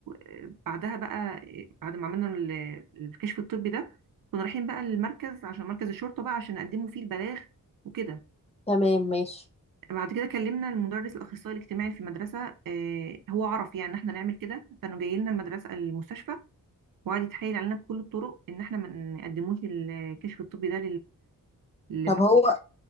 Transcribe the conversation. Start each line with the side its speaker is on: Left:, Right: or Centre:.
Right: آه، بعدها بقى آه، بعد ما عملنا ال- الكشف الطبي ده كنا رايحين بقى المركز عشان مركز الشرطه بقى عشان نقدمه فيه البلاغ وكده
Left: تمام ماشي
Right: بعد كده كلمنا المدرس الاخصائي الاجتماعي في المدرسه آه، هو عرف يعني ان احنا نعمل كده كانوا جاي لنا المدرسه المستشفى وقعد يتحايل علينا بكل الطرق ان احنا ما نقدموش الكشف الطبي ده لل
Left: طب هو